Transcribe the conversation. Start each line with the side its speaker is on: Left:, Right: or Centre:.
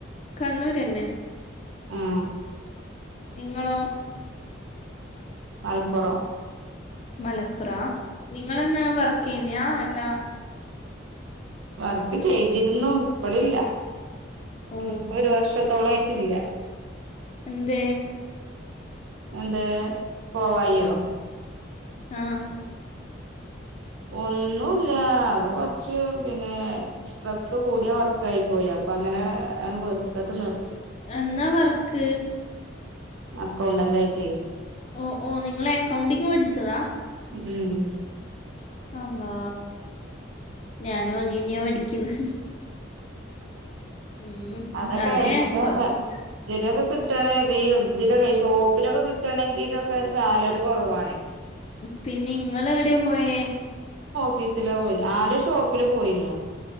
Left: കണ്ണൂരെന്നെ.
Right: ആഹ്.
Left: നിങ്ങളോ?
Right: മലപ്പൊറം.
Left: മലപ്പുറാ നിങ്ങളെന്നാ വർക്ക് യ്യുന്ന്യാാ അല്ലാ
Right: വർക്ക് ചെയ്തിരുന്നു. ഇപ്പൊളില്ല
Left: ഓ
Right: ഇപ്പൊ ഒരു വർഷത്തോളായിട്ടില്ല.
Left: എന്ത്‌?
Right: അഎന്തെ പോവായിയൊ?
Left: ആഹ്.
Right: ഒന്നൂല്ല അത് കുറച്ച് പിന്നെ സ്ട്രെസ്സ് കൂടിയ വർക്ക് ആയി പോയാ അപ്പൊ അങ്ങനെ ആണ് വെറുത്തട്ട് നിർ
Left: എന്നാ വർക്ക്
Right: അക്കൗണ്ടൻ്റ് ആയിട്ടേ.
Left: ഓ ഓ നിങ്ങള് അക്കൗണ്ടിങ്ങ് പഠിച്ചതാ.
Right: ഉം
Left: അള്ളാ ഞാനും അതെന്നെയാ പഠിക്കുന്നെ. ഉം
Right: അതൊക്കെ
Left: അതെ
Right: എല്ലവരുടെ
Left: കൊറച്ച്
Right: വിരവൊക്കെ കിട്ടാണ് കയ്യും ഈ ഇതിലൊക്കെ ഷോപ്പിലൊക്കെ കിട്ടാണെങ്കിലൊക്കെ സാലറി കുറവാണ്.
Left: പിന്നെ ഇങ്ങള് എവിടെ പോയേ
Right: ഓഫീസില് പോയി ആദ്യം ഷോപ്പില് പോയിരുന്നു